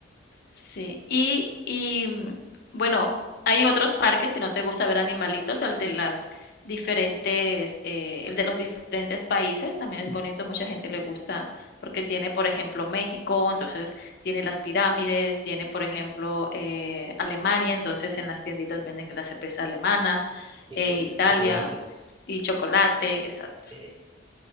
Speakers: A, on the left (about 55°); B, on the right (about 25°).
A: Sí, y, y mm, bueno, hay otros parques, si no te gusta ver animalitos, el de las diferentes, eh, el de los diferentes países también es bonito, mucha gente le gusta porque tiene, por ejemplo, México, entonces tiene las pirámides, tiene, por ejemplo, eh, Alemania, entonces en las tienditas venden la cerveza alemana,
B: Y
A: eh,
B: te venden
A: Italia
B: chocolates.
A: sí, y chocolate, exacto.
B: Eh,